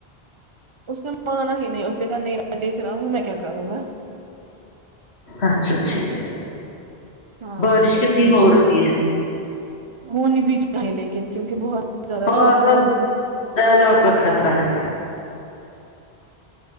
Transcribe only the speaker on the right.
اس نے مانا ہی نہیں اس نے کہا نہیں میں دیکھ رہا ہوں میں کیا کروں گا
ہاں
تو
اس لیے
ہونی بھی چاہیے لیکن کیونکہ بہت زیادہ
بہت گرمی